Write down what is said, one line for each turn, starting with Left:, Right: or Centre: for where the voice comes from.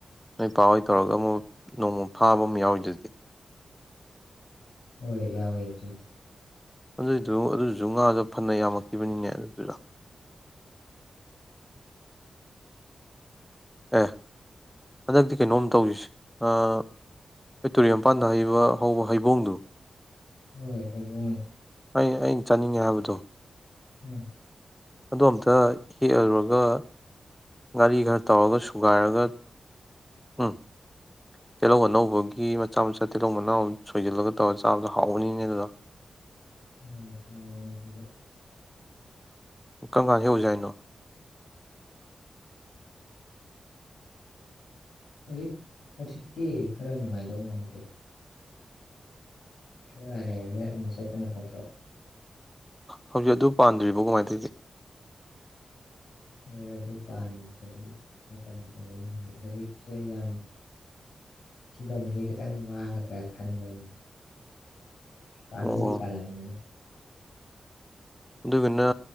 Centre: ꯅꯣꯏ ꯄꯥ ꯍꯣꯏ ꯇꯧꯔꯒ ꯑꯃꯨꯛ ꯅꯣꯡꯃ ꯐꯥꯕ ꯑꯃ ꯌꯥꯎꯔꯤꯗꯨꯗꯤ
Left: ꯍꯣꯏ ꯌꯥꯎꯋꯦ ꯑꯗꯨꯗꯤ
Centre: ꯑꯗꯨꯏꯗꯨ ꯑꯗꯨꯁꯨ ꯉꯥꯗꯣ ꯐꯅ ꯌꯥꯝꯃꯛꯈꯤꯕꯅꯤꯅꯦ ꯑꯗꯨꯏꯗꯨꯗ ꯑꯦ ꯍꯟꯗꯛꯇꯤ ꯀꯩꯅꯣꯝ ꯇꯧꯁꯤꯁꯦ ꯉꯥ ꯑꯩꯈꯣꯏ ꯇꯨꯔꯦꯜ ꯃꯄꯥꯟꯗ ꯍꯩꯕ ꯍꯧꯕ ꯍꯩꯕꯣꯡꯗꯣ
Left: ꯍꯣꯏ ꯍꯩꯕꯣꯡ
Centre: ꯑꯩ ꯑꯩꯅ ꯆꯥꯅꯤꯡꯉꯦ ꯍꯥꯏꯕꯗꯣ
Left: ꯎꯝ
Centre: ꯑꯗꯣ ꯑꯝꯇ ꯍꯦꯛꯑ ꯔꯨꯔꯒ ꯉꯥꯔꯤ ꯈꯔ ꯇꯧꯔꯒ ꯁꯨꯒꯥꯏꯔꯒ ꯎꯝ ꯇꯤꯜꯍꯧ ꯑꯅꯧꯕꯒꯤ ꯃꯆꯥ ꯃꯆꯥ ꯇꯤꯜꯍꯧ ꯃꯅꯥꯎ ꯁꯣꯏꯖꯤꯜꯂꯒ ꯇꯧꯔꯒ ꯆꯥꯕꯗꯣ ꯍꯥꯎꯕꯅꯤꯅꯦ ꯑꯗꯨꯗꯣ
Left: ꯎꯝ ꯍꯥꯎꯕꯅꯤ ꯑꯗꯨꯁꯨ
Centre: ꯀꯔꯝ ꯀꯥꯟ ꯍꯦꯛꯎꯁ ꯍꯥꯏꯅꯣ
Left: ꯍꯧꯖꯤꯛ ꯍꯧꯖꯤꯛꯇꯤ ꯈꯔ ꯅꯨꯡꯉꯥꯏꯗꯧ ꯃꯥꯟꯗ꯭ꯔꯤ ꯈꯔ ꯂꯩꯔꯒ ꯑꯣꯏꯅ ꯆꯠꯄꯅ ꯐꯠꯇ꯭ꯔꯣ
Centre: ꯍꯧꯖꯤꯛ ꯑꯗꯨ ꯄꯥꯟꯗ꯭ꯔꯤꯕꯣ ꯀꯃꯥꯏꯅ ꯇꯧꯒꯦ
Left: ꯍꯣꯏ ꯑꯗꯨ ꯄꯥꯟꯗꯕ ꯃꯇꯝ ꯑꯣꯏꯅꯤ ꯍꯧꯖꯤꯛ ꯍꯧꯖꯤꯛꯁꯦ ꯌꯥꯝ ꯊꯤꯕꯝꯁꯦ ꯈꯤꯇꯪ ꯋꯥꯒꯗ꯭ꯔꯥ ꯈꯟꯕ ꯑꯩꯅ ꯄꯥꯡꯕꯨꯗꯤ
Centre: ꯑꯣ
Left: ꯄꯥꯂꯝꯒꯅꯤ
Centre: ꯑꯗꫭꯏꯒꯅ